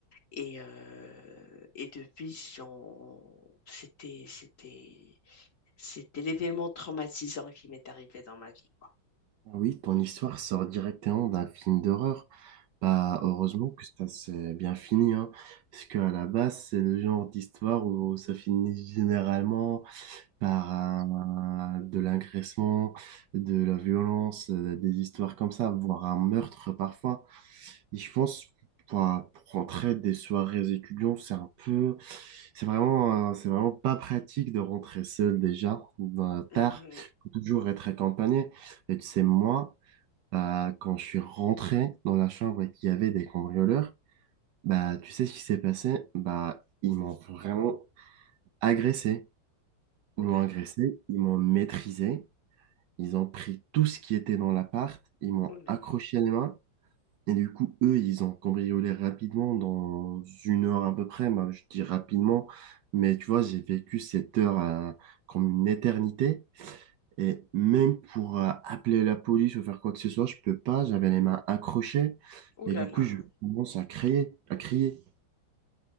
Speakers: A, on the left; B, on the right.
A: Et, euh, et depuis, on- c'était, c'était, c'était l'événement traumatisant qui m'est arrivé dans ma vie, quoi.
B: Ah Oui, ton histoire sort directement d'un film d'horreur. Bah, heureusement que ça s'est bien fini, hein. Parce qu'à la base, c'est le genre d'histoire où ça finit généralement par un- de l'agressement, de la violence, euh, des histoires comme ça, voire un meurtre parfois. Et je pense, pour, pour rentrer des soirées étudiants, c'est un peu, c'est vraiment, euh, c'est vraiment pas pratique de rentrer seul déjà, ben,
A: Mhm.
B: tard. Faut toujours être accompagné. Et tu sais, moi, bah, quand je suis rentré dans la chambre et qu'il y avait des cambrioleurs, bah, tu sais ce qui s'est passé? Bah, ils m'ont vraiment agressé.
A: Oh
B: Ils
A: là
B: m'ont agressé,
A: là,
B: ils m'ont maîtrisé, ils ont pris tout ce qui était dans l'appart, ils m'ont
A: oh là
B: accroché
A: là,
B: les mains, et du coup, eux, ils ont cambriolé rapidement, dans une heure à peu près, bah, je dis rapidement, mais tu vois, j'ai vécu cette heure euh, comme une éternité, et même pour euh, appeler la police ou faire quoi que ce soit, je peux pas, j'avais les mains accrochées,
A: oh
B: et
A: là
B: du
A: là.
B: coup, je commence à crier, à crier.